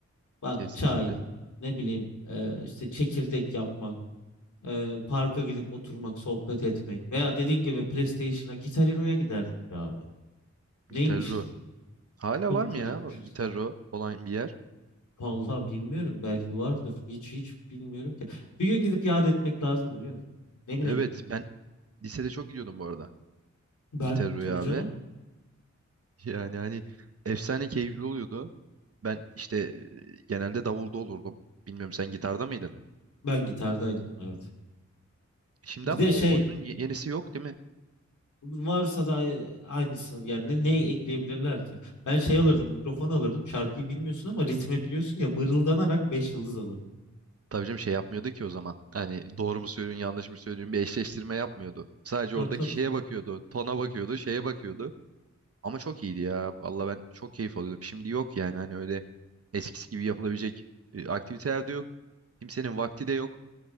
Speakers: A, on the left (about 85°); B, on the right (about 55°).
A: Bak
B: Kesinlikle.
A: çay ne bileyim e, işte çekirdek yapmak e, parka gidip oturmak sohbet etmek veya dediğin gibi PlayStation'a Guitar Hero'ya giderdik ya abi. Neymişiz?
B: Gitarro. Hala
A: Çok
B: var mı
A: çocukmuşuz.
B: ya o Gitarro olan bir yer?
A: Vallahi bilmiyorum belki vardır. Hiç hiç bilmiyorum ki. Bir gün gidip yad etmek lazım biliyor musun? Ne bileyim.
B: Evet ben lisede çok gidiyordum bu arada
A: Ben
B: Gitarro'ya
A: tabii canım
B: abi. <laughs> Yani hani efsane keyifli oluyordu. Ben işte e, genelde davulda olurdum. Bilmiyorum sen gitarda mıydın?
A: ben gitardaydım evet.
B: Şimdi
A: Bir
B: ama
A: de
B: o
A: şey
B: oyunun ye- yenisi yok değil mi?
A: varsa da ay- aynısını yani ne, ne ekleyebilirler ki? Ben şey alırdım mikrofon alırdım şarkıyı bilmiyorsun ama ritmi biliyorsun ya mırıldanarak 5 yıldız alırdım.
B: Tabii canım şey yapmıyordu ki o zaman. Hani doğru mu söylüyorsun yanlış mı söylüyorsun bir eşleştirme yapmıyordu. Sadece
A: Evet,
B: oradaki
A: tabii
B: şeye
A: canım.
B: bakıyordu. Tona bakıyordu şeye bakıyordu. Ama çok iyiydi ya. Valla ben çok keyif alıyordum. Şimdi yok yani hani öyle eskisi gibi yapılabilecek e, aktiviteler de yok. Kimsenin vakti de yok.